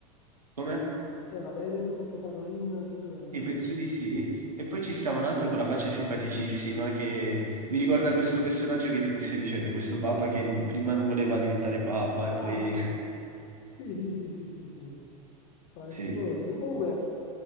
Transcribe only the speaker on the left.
Era Veneto questo Parolin di dov'era?
Ah,
ok.
Sì, sì, sì, sì, sì, sì. Vai,
ti volevo dire. Comunque,